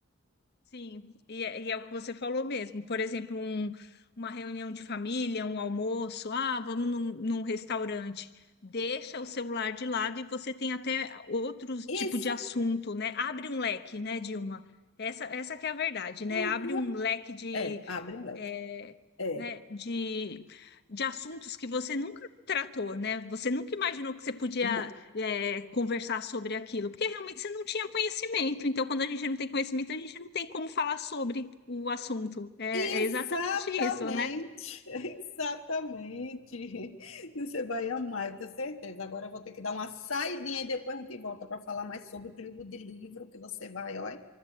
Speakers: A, on the left; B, on the left.
A: Sim, e é, e é o que você falou mesmo. Por exemplo, um- uma reunião de família, um almoço, ah, vamos num, num restaurante. Deixa o celular de lado e você tem até outros tipo
B: Isso
A: de assunto, né? Abre um leque, né, Dilma? Essa, essa que é a verdade, né?
B: ah,
A: Abre um leque
B: é, abre um leque.
A: é,
B: É,
A: né, de, de assuntos que você nunca tratou, né? Você nunca imaginou que você podia,
B: não.
A: é, conversar sobre aquilo, porque realmente você não tinha conhecimento. Então, quando a gente não tem conhecimento, a gente não tem como falar sobre o assunto. É,
B: Exatamente,
A: é exatamente isso, né?
B: <laughs> exatamente. Você vai amar, eu tenho certeza. Agora eu vou ter que dar uma saidinha e depois a gente volta para falar mais sobre o clube de livro que você vai, ó,